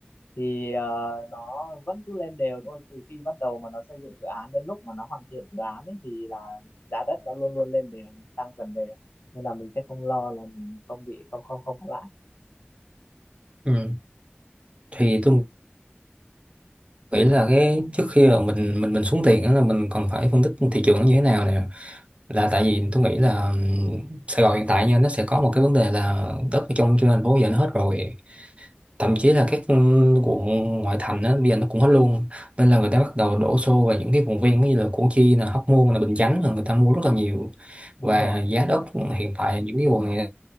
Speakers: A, on the left; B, on the right.
A: thì ờ, nó vẫn cứ lên đều thôi từ khi bắt đầu mà nó xây dựng dự án đến lúc mà nó hoàn thiện dự án ấy thì là giá đất nó luôn luôn lên đều tăng dần đều nên là mình sẽ không lo là mình không bị không không không có lãi
B: ừ. thì tôi
A: ừ,
B: nghĩ là cái trước khi mà mình mình mình xuống tiền á là mình còn phải phân tích thị trường nó như thế nào nè là tại vì tôi nghĩ là ừm, Sài Gòn hiện tại nha nó sẽ có một cái vấn đề là đất ở trong trên thành phố giờ nó hết rồi thậm chí là các quận ngoại thành á, bây giờ nó cũng hết luôn nên là người ta bắt đầu đổ xô vào những cái vùng ven như là Củ Chi là Hóc Môn là Bình Chánh là người ta mua rất là nhiều
A: đúng
B: và
A: rồi
B: giá đất hiện tại những cái quận này